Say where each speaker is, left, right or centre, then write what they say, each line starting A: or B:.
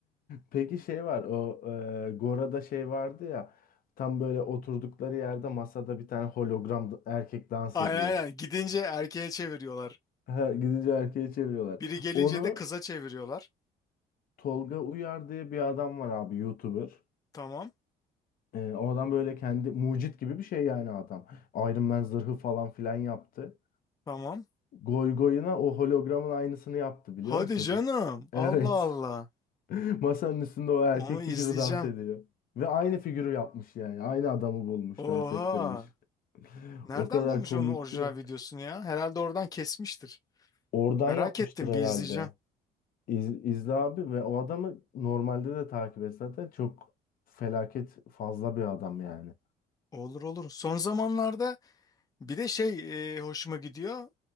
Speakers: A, on the left; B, on the left.
A: Peki şey var o e, Gora'da şey vardı ya tam böyle oturdukları yerde masada bir tane hologram da- erkek dans
B: Aynen
A: ediyor.
B: aynen
A: <laughs>
B: gidince erkeğe çeviriyorlar.
A: Ha, Gidince erkeğe çeviriyorlar.
B: Biri gelince
A: Onu
B: de kıza çeviriyorlar.
A: Tolga Uyar diye bir adam var abi YouTuber.
B: Tamam
A: E, o adam böyle kendi mucit gibi bir şey yani adam. Iron Man zırhı falan filan yaptı.
B: tamam.
A: Goy goyuna o hologramın aynısını yaptı biliyor
B: Hadi
A: musun?
B: canım
A: <laughs>
B: Allah
A: Evet.
B: Allah
A: <laughs> Masanın üstünde o erkek
B: onu
A: figürü
B: izleyeceğim.
A: dans ediyor. Ve aynı figürü yapmış yani. Aynı adamı bulmuş,
B: Oha.
A: dans ettirmiş.
B: Nereden
A: O kadar
B: bulmuş
A: komikti
B: onun orijinal
A: ya.
B: videosunu ya? Herhalde oradan kesmiştir.
A: Oradan
B: Merak
A: yapmıştır
B: ettim
A: herhalde.
B: bir izleyeceğim.
A: İz, İzle abi ve o adamı normalde de takip et zaten. Çok felaket fazla bir adam yani.
B: Olur olur. Son zamanlarda bir de şey e, hoşuma gidiyor.